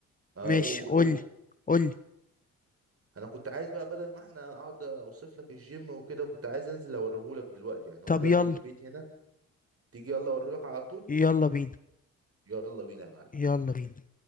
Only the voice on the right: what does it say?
اقول
قول
قول.
انا كنت عايز بقى بدل ما احنا اقعد اوصف لك الجيم وكده كنت عايز انزل اوريهولك دلوقتي يعني هو
جنب
البيت هنا تيجي يلا اوريهولك على طول
يلا بينا يا معلم